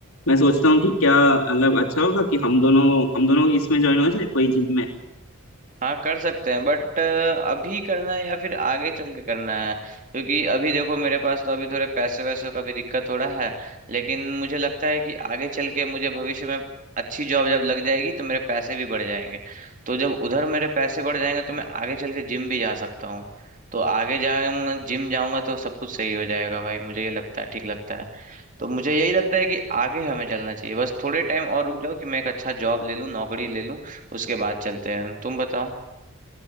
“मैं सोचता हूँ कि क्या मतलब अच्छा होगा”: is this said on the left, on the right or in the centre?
Left